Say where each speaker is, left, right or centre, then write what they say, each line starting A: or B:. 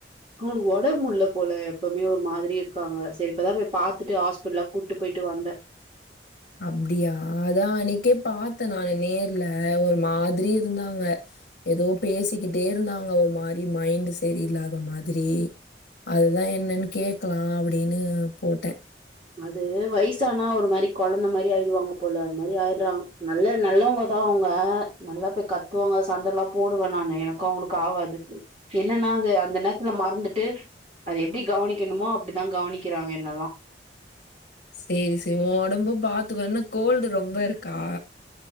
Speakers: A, on the right; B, on the left.
A: ஹவள் ஒடம் முட்ல போல எப்பம்யு ஒரு மாதிரி இருக்காங்க சரி இப்பதா போய் பாத்துட்டு ஹாஸ்பிடல்லா கூட்டு போயிட்டு வந்த
B: அப்டியா அதா அன்னிகே பாத்த நானு நேர்ல ஒரு மாதிரி இருந்தாங்க ஏதோ பேசிக்கிட்டே இருந்தாங்க ஒ மாரி மைண்ட் செரியில்லாத மாதிரி அதுதா என்னன்னு கேக்லா அப்டின்னு போட்ட
A: அது வயசானா ஒரு மாரி கொழந்த மாரி ஆயிருவாங்க போல அது மாரி ஆய்றா நல்ல நல்லவங்க தவுங்க நல்லா போய் கத்துவாங்க சண்ட எல்லா போடுவ நானு எனக்கு அவுங்களுக்கு ஆவாது என்னனா அது அந்த நேரத்துல மறந்துட்டு அது எப்டி கவனிக்கணுமோ அப்டிதா கவனிக்கிறாங்க என்னல்லா
B: செரி செ உ ஒடம்பு பாத்துக்கோ என்ன கோல்டு ரொம்ப இருக்கா